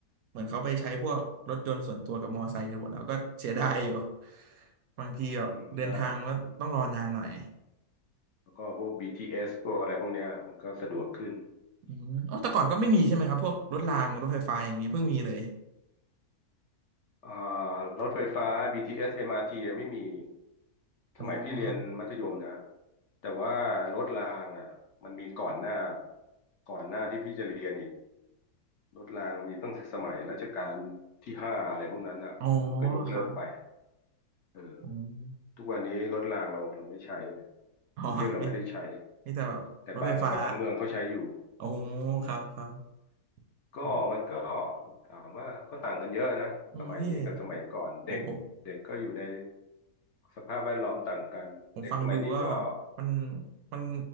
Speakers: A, on the right; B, on the left.
A: เหมือนเขาไปใช้พวกรถยนต์ส่วนตัวกับมอไซค์กันหมดแล้วก็เสียดายอยู่บางทีแบบเดินทางมันก็ต้องรอนานหน่อย
B: อืมใช่แล้วก็พวก BTS พวกอะไรพวกเนี้ยมันก็สะดวกขึ้น
A: อืมอ๋อแต่ก่อนก็ไม่มีใช่ไหมครับพวกรถรางรถไฟฟ้าอย่างนี้เพิ่งมีเลย
B: อืมอ่ารถไฟฟ้า BTS MRT อสเอ็มอาร์ทีอะไม่มี
A: อ๋อครับ
B: สมัยพี่เรียนมัธยมนะแต่ว่ารถรางอ่ะมันมีก่อนหน้าก่อนหน้าที่พี่จะเรียนอีก รถรางมีตั้งแต่สมัยรัชกาลที่ห้าอะไรพวกนั้นอ่ะแล้วมันก็ยกเลิกไป
A: อ๋อครับ
B: เออ
A: อม
B: ทุกวันนี้รถรางเราเราไม่ใช้ไง
A: อ๋อไม่
B: กรุงเทพเราไม่ได้ใช้
A: ไม่แต่แบบรถไฟฟ้า
B: แต่บางบางเมืองเขาใช้อยู่
A: โอ้
B: อืม
A: ครับครับ
B: ก็มันก็
A: โอ้
B: ถามว่าก็ต่างกันเยอะนะสมัยนี้กับสมัยก่อนเด็กเด็กก็อยู่ใน
A: อืมพี่โอ้โห
B: สภาพแวดล้อมต่างกันเด็กสมัยนี้ก็
A: ผมฟังดูก็แบบมันมัน